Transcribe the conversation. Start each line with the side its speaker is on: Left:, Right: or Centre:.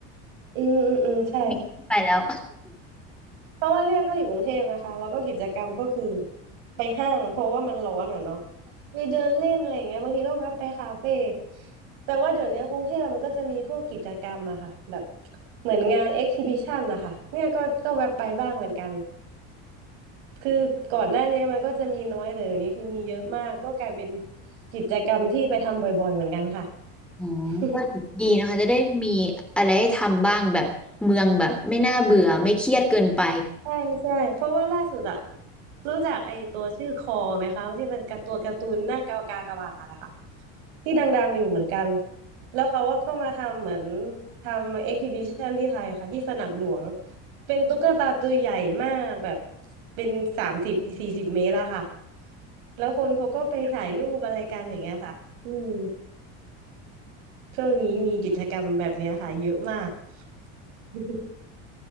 Right: อืมอืมอืมใช่
Centre: มีไปแล้ว
Right: เพราะว่าเนี่ยก็อยู่กรุงเทพนะคะแล้วก็กิจกรรมก็คือไปห้างเพราะว่ามันร้อนอ่ะเนาะไปเดินเล่นอะไรอย่างเงี้ยบางทีก็แวะไปคาเฟ่แต่ว่าเดี๋ยวนี้กรุงเทพอะมันก็จะมีพวกกิจกรรมอะค่ะแบบเหมือนงานเอ็กซิบิชันนะคะเนี่ยก็ก็แวะไปบ้างเหมือนกันคือก่อนหน้าเนี้ยมันก็จะมีน้อยแต่เดี๋ยวนี้คือมีเยอะมากก็กลายเป็นกิจกรรมที่ไปทำบ่อยๆเหมือนกันค่ะ
Centre: อ๋อ <laughs>
Right: <laughs>
Centre: ก็ดีนะคะจะได้มีอะไรให้ทำบ้างแบบเมืองแบบไม่น่าเบื่อไม่เครียดเกินไป
Right: ใช่ใช่เพราะว่าล่าสุดอะรู้จักไอตัวชื่อคอไหมคะที่เป็นการ์ตัวการ์ตูนหน้ากากากบาทอะค่ะที่ดังๆอยู่เหมือนกันแล้วเขาว่าก็มาทำเหมือนทำเอ็กซิบิชันที่ไทยค่ะที่สนามหลวงเป็นตุ๊กตาตัวใหญ่มากแบบเป็นสามสิบสี่สิบเมตรอะค่ะแล้วคนเขาก็ไปถ่ายรูปอะไรกันอย่างเงี้ยค่ะอืมช่วงนี้มีกิจกรรมแบบเนี้ยค่ะเยอะมาก <laughs>